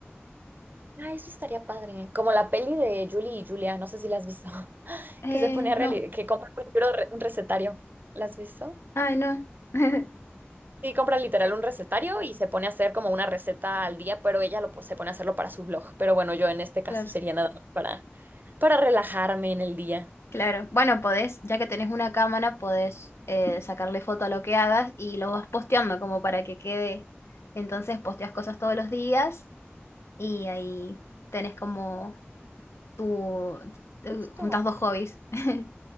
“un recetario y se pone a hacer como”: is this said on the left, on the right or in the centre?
Right